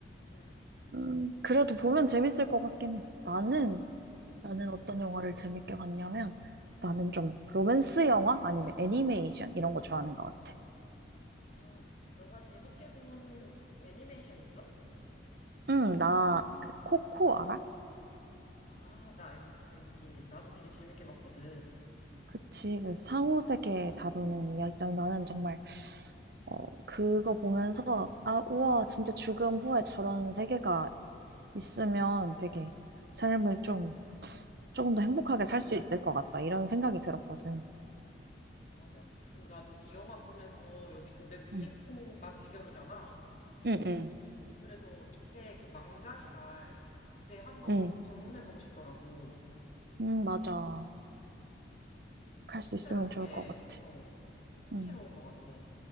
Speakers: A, on the left (about 40°); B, on the right (about 55°).
A: 응,
B: 음, 그래도 보면 재밌을 것 같긴 해. 나는
A: 응,
B: 나는
A: 응, 응,
B: 어떤 영화를 재밌게 봤냐면 나는
A: 응.
B: 좀 로맨스 영화 아니면 애니메이션 이런 거 좋아하는 것 같아.
A: 아, 너가 재밌게 본 애니메이션 있어?
B: 응, 나 그 코코 알아?
A: 아, 나 알, 알지. 나도 되게 재밌게 봤거든.
B: 그치, 그 상호세계
A: 어,
B: 다루는 이야기잖아. 나는 정말 어 그거 보면서 아 우와
A: 응,
B: 진짜 죽음 후에 저런 세계가 있으면 되게 삶을 좀 조금 더 행복하게 살 수 있을 것 같다 이런 생각이 들었거든.
A: 맞아. 그리고 나도 이 영화 보면서 여기 그 멕시코가
B: 응,
A: 배경이잖아.
B: 응, 응.
A: 그래서 이때 그 망자의 날, 그때 한번
B: 응,
A: 꼭 방문해보고 싶더라고.
B: 응 맞아.
A: 이
B: 갈
A: 축제가
B: 수 있으면
A: 되게,
B: 좋을 것 같아.
A: 어, 흥미로운
B: 응.
A: 것 같아.